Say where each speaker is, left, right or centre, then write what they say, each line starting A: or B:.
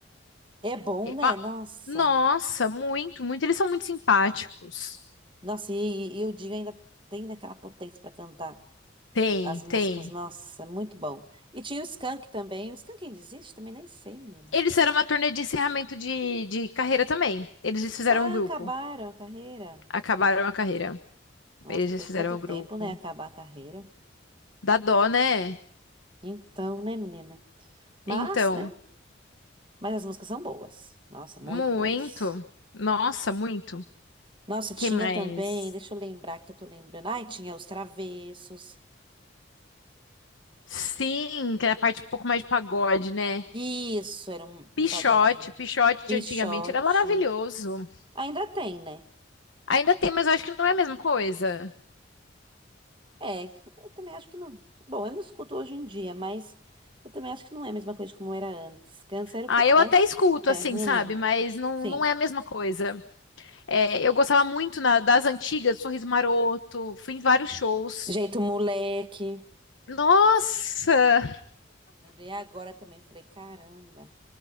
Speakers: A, on the right; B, on the left.
A: É bom,
B: Eu
A: né?
B: a-
A: Nossa.
B: Nossa, muito, muito. Eles são muito simpáticos.
A: Nossa, e, e- e o Dinho ainda tem daquela potência pra cantar.
B: Tem,
A: As músicas,
B: tem.
A: nossa, é muito bom. E tinha o Skank também. O Skank ainda existe? Também nem sei, menina.
B: Eles fizeram uma turnê de encerramento de, de carreira também. Eles desfizeram
A: Ah,
B: o grupo.
A: acabaram a carreira.
B: Acabaram a carreira.
A: Nossa,
B: Eles
A: depois
B: desfizeram
A: de tanto
B: o
A: tempo,
B: grupo.
A: né? Acabar a carreira.
B: Dá dó, né?
A: Então, né, menina? Mas,
B: Então,
A: né? Mas as músicas são boas. Nossa, muito
B: muito.
A: boas.
B: Nossa, muito.
A: Nossa, tinha
B: Quem mais?
A: também, deixa eu lembrar que eu tô lembrando. Ai, tinha os Travessos.
B: Sim, que é a parte um pouco mais de pagode, né?
A: Isso, era um, um
B: Pichote,
A: pagode
B: pichote
A: Pixote.
B: de antigamente era maravilhoso.
A: Ainda tem, né?
B: Ainda tem, mas eu acho que não é a mesma coisa.
A: É, eu também acho que não. Bom, eu não escuto hoje em dia, mas eu também acho que não é a mesma coisa como era antes. Câncer
B: Ah,
A: com
B: eu
A: S.
B: até escuto,
A: É,
B: assim,
A: não
B: sabe?
A: lembro.
B: Mas não,
A: Sim.
B: não é a mesma coisa. É, eu gostava muito na- das antigas, Sorriso Maroto, fui em vários shows.
A: Jeito moleque.
B: Nossa,
A: Lembrei agora também, falei, caramba.